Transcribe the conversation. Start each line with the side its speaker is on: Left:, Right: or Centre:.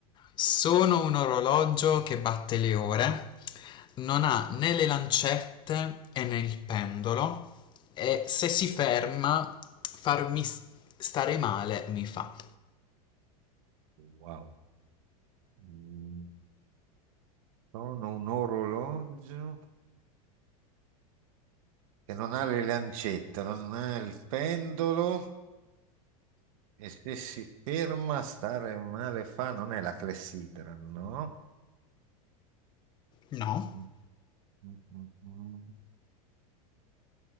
Left: Sono un orologio che batte le ore, non ha né le lancette e né il pendolo e se si ferma farmi s- stare male mi fa.
Right: Wow. Mm, Sono un orologio che non ha le lancette, non ha il pendolo e se si ferma stare male fa, non è la clessidra, no?
Left: No,
Right: Mm, mm, mm, mm.